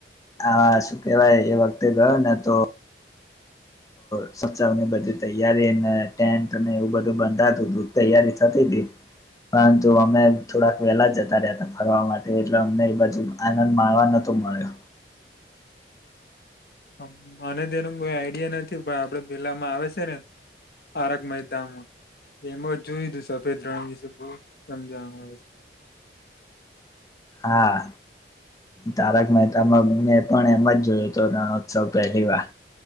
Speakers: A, on the left (about 20°); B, on the left (about 60°).
A: આ શું કેવાય એ વખતે ગયો ને તો <inaudible> ની બધી તૈયારીને ટેન્ટને એવું બધું બંધાતું તું, તૈયારી થતી તી, પરંતુ અમે થોડાક વહેલા જતા રયાતા ફરવા માટે, એટલે અમને ઈ બાજુ આનંદ માણવા નતો મયળો.
B: હા. મને તેનું કોઈ આઈડિયા નથી, પણ આપડે પેલામાં આવે સે ને તારક મહેતામાં એમાં જ જોયું તું સફેદ રણ વિશે બહુ સમજાવામાં આવે છે.
A: હા. તારક મહેતામાં મેં પણ એમાં જ જોયો તો રણોત્સવ પહેલી વાર.